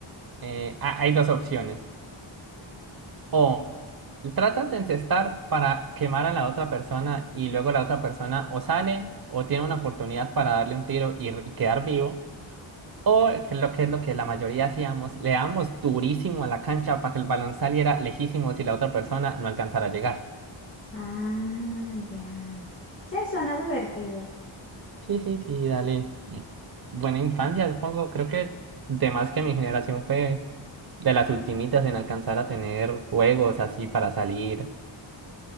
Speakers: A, on the right; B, on the left.
A: eh, ha- hay dos opciones. O tratas de encestar para quemar a la otra persona y luego la otra persona o sale o tiene una oportunidad para darle un tiro y, y quedar vivo. O que lo que es lo que la mayoría hacíamos, le damos durísimo a la cancha para que el balón saliera lejísimo si la otra persona no alcanzara a llegar.
B: Ah, ya. Sí, suena divertido.
A: Sí, sí, sí, dale. Mm. Buena infancia, supongo. Creo que de más que mi generación fue de las ultimitas en alcanzar a tener juegos así para salir